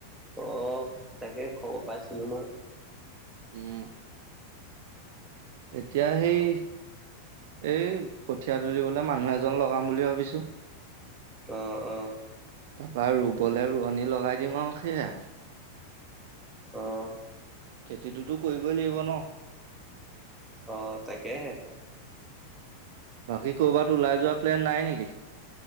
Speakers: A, in the centre; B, on the right (about 50°).
A: অ', তাকে খবৰ পাইছিলো নহয়।
B: উম। এতিয়া সেই এই কঠীয়া তুলিবলৈ মানুহ এজন লগাম বুলি ভাবিছো।
A: অ', অ'।
B: তাৰপৰা ৰুবলৈ ৰোৱনী লগাই দিম আৰু সেইয়ে আৰু।
A: অ'।
B: খেতিটোতো কৰিবই লাগিব ন।
A: অ', তাকেহে।
B: বাকী ক'ৰবাত ওলাই যোৱা প্লেন নাই নেকি?